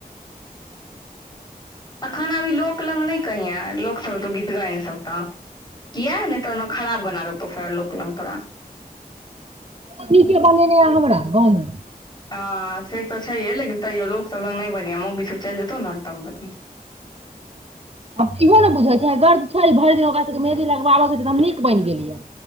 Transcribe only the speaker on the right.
दीदे बनेने या हमरा गांव में
आब इहो ने बुझैत छेह गर्ज छै भरि दिन ओकरा सभके मेहंदी लगबाबके त नीक बनि गेल यै